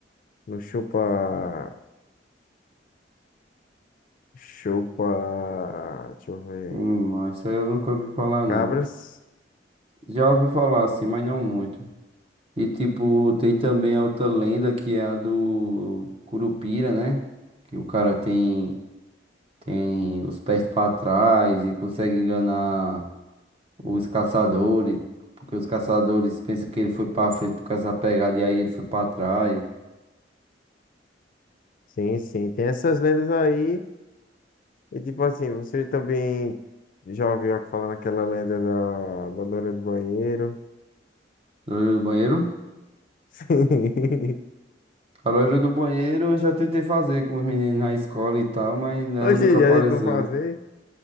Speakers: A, on the left; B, on the right.
A: no Chupa... Chupa... Deixa eu ver.
B: Hum, essa eu nunca ouvi falar, não.
A: Cabras?
B: Já ouvi falar assim, mas não muito. E tipo, tem também a outra lenda que é a do Curupira, né? Que o cara tem tem os pés pra trás e consegue enganar os caçadores, porque os caçadores pensam que ele foi pra frente por causa da pegada e aí ele foi pra trás.
A: Sim, sim. Tem essas lendas aí. E tipo assim, você também já ouviu falar naquela lenda da, da loira do banheiro?
B: Loira do banheiro?
A: <laughs> Sim.
B: A loira do banheiro eu já tentei fazer com os meninos na escola e tal, mas ela
A: Oxe,
B: nunca apareceu.
A: já tentou fazer.